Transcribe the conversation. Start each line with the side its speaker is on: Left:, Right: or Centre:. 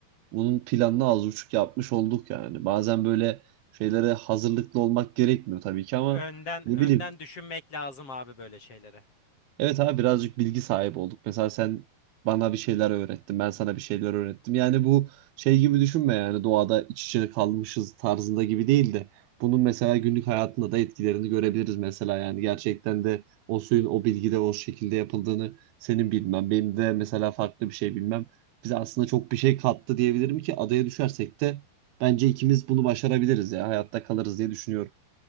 Right: bunun planını az buçuk yapmış olduk yani. Bazen böyle şeylere hazırlıklı olmak gerekmiyor tabii ki ama
Left: Önden
Right: ne
Left: önden
Right: bileyim
Left: düşünmek lazım abi böyle şeylere
Right: Evet abi birazcık bilgi sahibi olduk. Mesela sen bana bir şeyler öğrettin, ben sana bir şeyler öğrettim. Yani bu şey gibi düşünme yani doğada iç içe kalmışız tarzında gibi değil de bunun mesela günlük hayatında da etkilerini görebiliriz mesela yani gerçekten de o suyun o bilgide o şekilde yapıldığını senin bilmem, benim de mesela farklı bir şey bilmem bize aslında çok bir şey kattı diyebilirim ki adaya düşersek de bence ikimiz bunu başarabiliriz ya hayatta kalırız diye düşünüyorum.